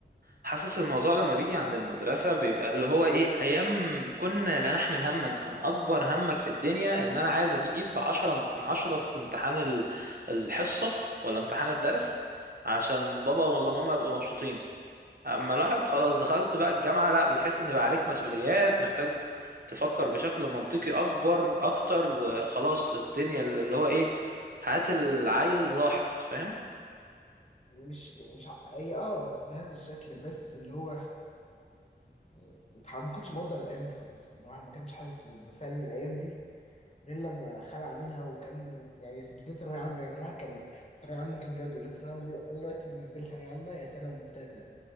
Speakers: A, on the right; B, on the left.
A: حاسس الموضوع لما بيجي عند المدرسة بيبقى اللي هو ايه ايام كنا لا نحمل هما كان اكبر همك في الدنيا ان انا عايز اجيب عشرة من عشرة في امتحان ال- الحصة ولا امتحان الدرس عشان بابا ولا ماما يبقوا مبسوطين اما الواحد خلاص دخلت بقى الجامعة لا بتحس ان بقى عليك مسؤوليات محتاج تفكر بشكل منطقي اكبر اكتر وخلاص الدنيا اللي هو ايه حياة العيل راحت فاهم
B: مش مش ع- أي أه بهذا الشكل بس اللي هو آه، أنت ما كنتش مقدر الأيام دي خالص يعني الواحد ما كانش حاسس بفعلا الأيام دي غير لما خلع منها وكان يعني بالذات ثانوية عامة يعني الواحد كان ثانوية عامة كان يقعد يقول لك ثانوية عامة دي أنا دلوقتي بالنسبة لي ثانوية عامة هي سنة ممتازة